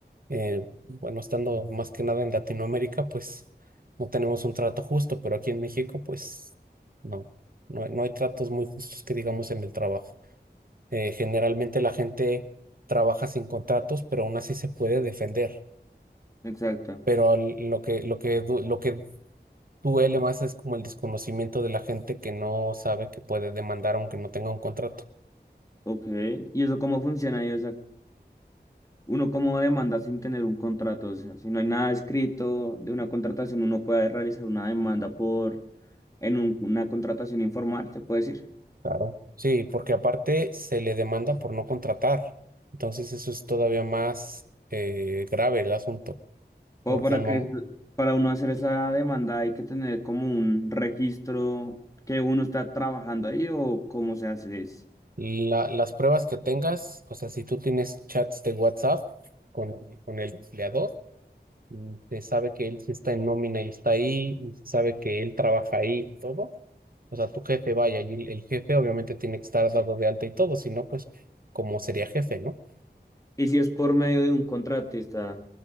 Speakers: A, on the right; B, on the left.
A: eh, bueno, estando más que nada en Latinoamérica, pues no tenemos un trato justo, pero aquí en México, pues no, no, hay- no hay tratos muy justos que digamos en el trabajo. Eh, generalmente la gente trabaja sin contratos, pero aún así se puede defender
B: Exacto.
A: pero al- lo que, lo que, du- lo que duele más es como el desconocimiento de la gente que no sabe que puede demandar aunque no tenga un contrato.
B: Ok, ¿y eso cómo funciona? ahí, o sea, uno cómo demanda sin tener un contrato, o sea, si no hay nada escrito de una contratación, uno puede realizar una demanda por, en un- una contratación informal, se puede decir.
A: Claro. Sí, porque aparte se le demanda por no contratar. Entonces eso es todavía más eh, grave el asunto,
B: O
A: porque
B: para
A: al mom-
B: que, para uno hacer esa demanda hay que tener como un registro que uno está trabajando ahí o cómo se hace eso.
A: la- las pruebas que tengas, o sea, si tú tienes chats de WhatsApp con, con el empleador, y se sabe que él sí está en nómina y está ahí, y se sabe que él trabaja ahí y todo. O sea, tu jefe vaya, y el, el jefe obviamente tiene que estar dado de alta y todo, si no, pues, ¿cómo sería jefe, no?
B: Y si es por medio de un contratista,